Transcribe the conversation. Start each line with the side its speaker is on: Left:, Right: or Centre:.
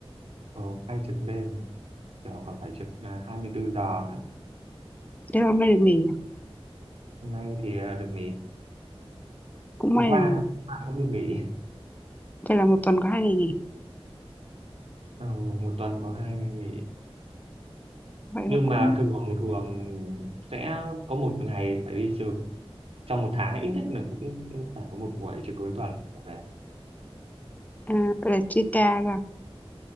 Right: ờ, hay trực đêm mà, kiểu còn phải trực à, 24 giờ nữa
Left: thế là hôm nay được nghỉ à?
Right: hôm nay thì à, được nghỉ
Left: cũng may
Right: hôm qua
Left: là
Right: hôm qua cũng được nghỉ
Left: phải là một tuần có hai ngày nghỉ
Right: Ờ, một tuần có hai ngày nghỉ
Left: vậy
Right: nhưng
Left: là cũng
Right: mà thường thường sẽ có một ngày phải đi trực trong một tháng ít nhất là cũng cũng phải có một buổi trực cuối tuần là phải
Left: à, vậy là chia ca ra